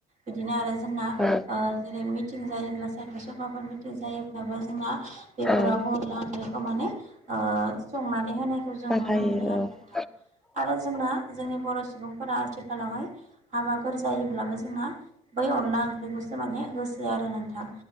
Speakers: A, on the right; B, in the centre.
A: बिदिनो आरो जोंना
B: औ
A: ओ जेरै मिटिं जायोब्ला साहित्य सभाफोर मिटिं जायोब्लाबो जोंना बेफोरावबो
B: औ
A: अनला ओंख्रिखौ माने ओ संनानै होनायखौ जों
B: बाहायो
A: नुनो मोनो आरो
B: औ
A: ना आरो जोंना जोंनि बर' सुबुंफोरा आथिखालावहाय हाबाफोर जायोब्लाबो जोंना बै अनला ओंख्रिखौसो माने होसो आरो नोंथां।